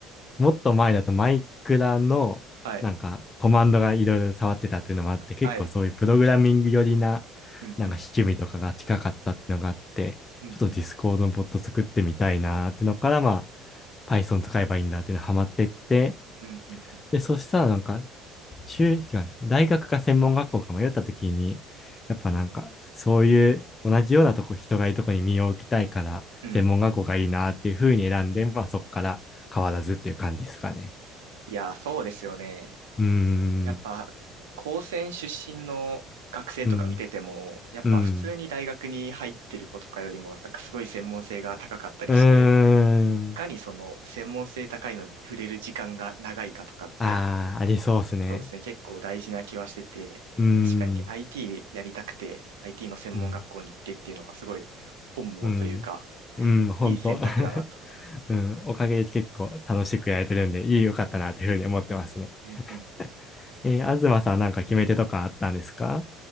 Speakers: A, on the left (about 30°); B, on the right (about 85°).
A: もっと前だとマイクラのなんかコマンドがいろいろ触ってたっていうのもあって、
B: はい。
A: 結構そういうプログラミング寄りな
B: はい。うんうん。
A: なんか趣味とかが近かったっていうのがあって、
B: うんうん。
A: ちょっとディスコードのボット作ってみたいなーってのから、まあ Python 使えばいいんだっていうのハマってって、
B: うんうん。
A: で、そしたらなんか、修違うんですね大学か専門学校か迷った時に、やっぱなんかそういう同じようなとこ、人がいるとこに身を置きたいから、
B: うんうん。
A: 専門学校がいいなっていうふうに選んで、まあそっから変わらずっていう感じですかね。
B: いや、そうですよね。
A: うーん、
B: やっぱ、高専出身の学生とか見てても、
A: うん、
B: やっぱ普通に大学に入ってる子とかよりも、
A: うん、
B: なんかすごい専門性が高かったりして、
A: うーん。
B: いかにその専門性高いのに触れる時間が長いかとかって、
A: ああ、ありそうっすね。
B: そうですね、結構大事な気はしてて、
A: うーん、
B: 確かに IT やりたくて、IT の専門学校に行ってっていうのはすごい本望というか、
A: うん、うん、うん、ほんと。
B: いい選択だなと。
A: <laughs> うん、おかげで結構楽しくやれてるんで、いい、よかったなっていうふうに思ってますね。
B: うんうん
A: <laughs> えー、東さんはなんか決め手とかあったんですか